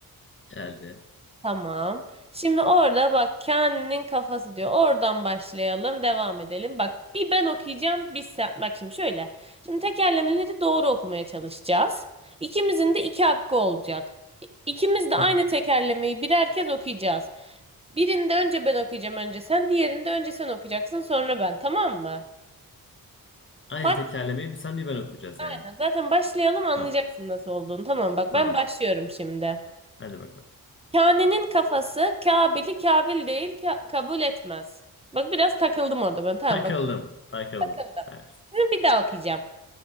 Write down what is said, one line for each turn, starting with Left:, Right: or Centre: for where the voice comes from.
Left: Geldi.
Right: Tamam. Şimdi orada bak Kaan'ın kafası diyor. Oradan başlayalım, devam edelim. Bak bir ben okuyacağım, bir sen. Bak şimdi şöyle. Şimdi tekerlemeleri doğru okumaya çalışacağız. İkimizin de iki hakkı olacak. İ- İkimiz de aynı
Left: <laughs>
Right: tekerlemeyi birer kez okuyacağız. Birinde önce ben okuyacağım, önce sen. Diğerinde önce sen okuyacaksın, sonra ben. Tamam mı?
Left: Aynı
Right: Baş,
Left: tekerlemeyi bir sen bir ben okuyacağız
Right: aynen.
Left: yani.
Right: Zaten başlayalım anlayacaksın
Left: Tamam.
Right: nasıl olduğunu. Tamam bak
Left: Tamam.
Right: ben başlıyorum şimdi.
Left: Hadi bakalım.
Right: Kane'nin kafası Kabil'i Kabil değil ka- kabul etmez. Bak biraz takıldım orada ben. Tamam
Left: Takıldın.
Right: bak
Left: Takıldın.
Right: takıldım.
Left: Evet.
Right: Şimdi bir daha okuyacağım.